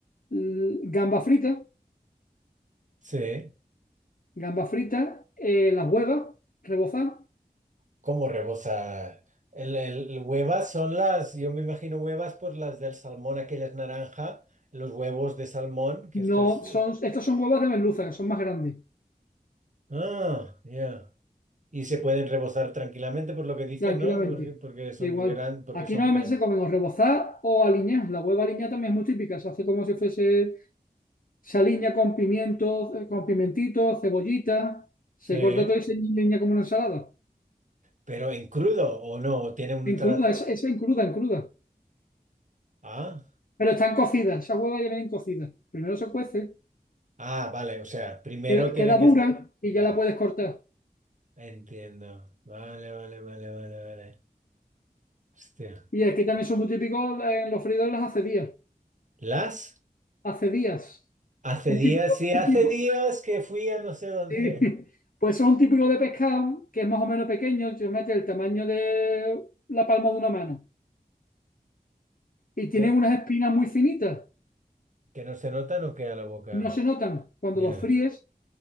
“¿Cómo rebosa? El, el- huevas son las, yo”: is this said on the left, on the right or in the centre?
Right